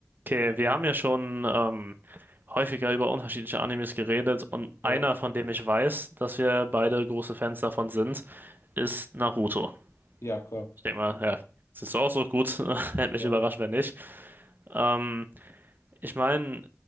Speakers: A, on the right (about 40°); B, on the left (about 70°).
A: Okay, wir haben ja schon ähm, häufiger über unterschiedliche Animes geredet und
B: Ja,
A: einer, von dem ich weiß, dass wir beide große Fans davon sind, ist Naruto.
B: ja, klar.
A: Ich denke mal, ja, siehst du auch so gut. <laughs> Hätte mich
B: Ja,
A: überrascht, wenn nicht. Ähm, ich meine,